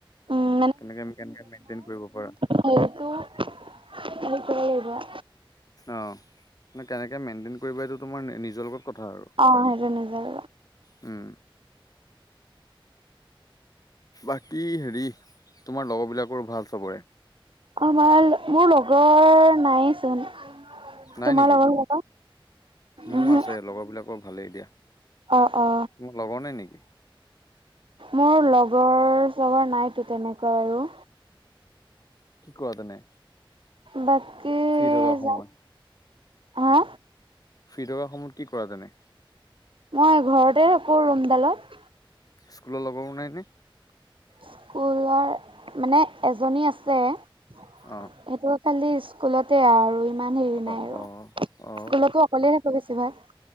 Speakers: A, on the right; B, on the left.
A: উম,
B: কেনেকে কেনেকে মেইন্তেন কৰিব পাৰা।
A: সেইটো হেৰি কৰিবা।
B: অঁ কেনেকে মেইনটেইন কৰিবা এইটো তোমাৰ নিজৰ লগত কথা আৰু।
A: অঁ সেইটো নিজৰ।
B: উম। বাকী হেৰি তোমাৰ লগৰ বিলাকৰ ভাল চবৰে।
A: অঁ ভাল, মোৰ লগৰ নাইচোন।
B: নাই
A: তোমাৰ
B: নেকি,
A: লগৰ বিলাকৰ?
B: মোৰ
A: উহু,
B: আছে লগৰবিলাকৰ ভালেই দিয়া।
A: অ অ।
B: তোমাৰ লগৰ নাই নেকি?
A: মোৰ লগৰ চগৰ নাইতো তেনেকুৱা আৰু।
B: কি কোৱা তেনে।
A: বাকী
B: ফ্ৰী থকা
A: যা
B: সময়ত
A: হা
B: ফ্ৰী থকা সময়ত কি কৰা তেনে।
A: মই ঘৰতে থাকো ৰুমডালত।
B: স্কুলৰ লগৰ নাইনে?
A: স্কুলৰ মানে এজনী আছে, সেইটো
B: অ
A: খালি স্কুলতে আৰু ইমান হেৰি
B: অ
A: নাই আৰু
B: অ অ
A: স্কুলতো অকলেই থাকো বেছিভাগ।